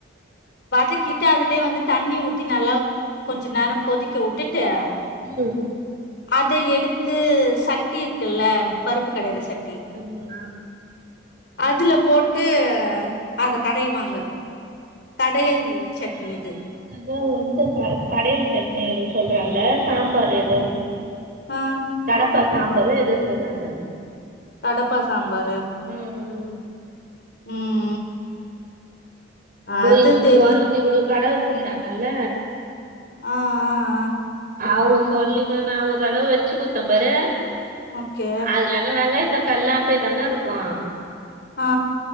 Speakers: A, on the left (about 60°); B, on the right (about 45°).
A: வதக்கிட்டு அதுலயே வந்து தண்ணி ஊத்தி நல்லா கொஞ்ச நேரோ கொதிக்க விட்டு ட்டு
B: ம்
A: அத எடுத்து சட்டி இருக்கல்ல பருப்பு கடையற
B: ம்
A: சட்டி
B: ஆமா
A: அதுல போட்டு அத கடைவாங்க கடையல் சட்னி
B: ஆ அதா
A: இது
B: ஒரு எதோ வந்து க கடையல் சட்னி அது சொல்றால்ல சாம்பாரு எதோ
A: ஆ
B: கடப்பா சாம்பாரு எதோ சொன்னாங்க
A: கடப்பா சாம்பாரு
B: ம் ம்
A: ம்
B: தோ
A: அது
B: எங்க
A: தெரி
B: ஓரகத்தி கூட கட வச் சிக்கிறாங்கல்ல
A: ஆ ஆ ஆ
B: அவங்க சொல்லிதா நா ஒரு தடவ வச்சு குடுத்தேம் பாரு
A: ஓகே
B: அதுல எங்க வெங்காய த்த <unintelligible> தானே இருக்கு
A: ஆ